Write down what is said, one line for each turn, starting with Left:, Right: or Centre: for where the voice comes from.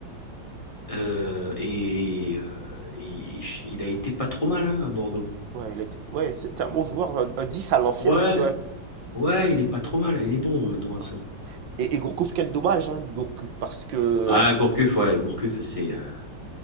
Left: Euh, et euh, il, il a été pas trop mal hein, à Bordeaux.
Right: Ouais, il était, ouais, c'était un bon joueur, un, un 10 à l'ancienne,
Left: Ouais,
Right: tu vois.
Left: ouais, il est pas trop mal, il est bon, euh, Dorasso.
Right: Ouais. Et, et Gourcuff, quel dommage, hein, Gourcuff, parce que
Left: Ah, Gourcuff, ouais, Gourcuff, c'est, euh,